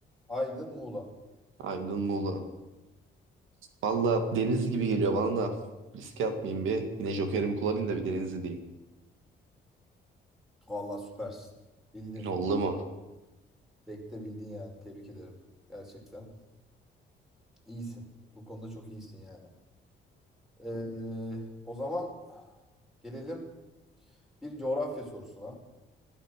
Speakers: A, in the centre; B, on the right.
A: Aydın. Muğla.
B: Aydın Muğla. Valla deniz gibi geliyor bana da. Riske atmayayım bir. Yine jokerimi kullanayım da bir Denizli diyeyim.
A: Vallahi süpersin. Bildin.
B: Oldu mu?
A: Tek de bildin yani. Tebrik ederim. Gerçekten. İyisin. Bu konuda çok iyisin yani. Ee, o zaman gelelim bir coğrafya sorusuna.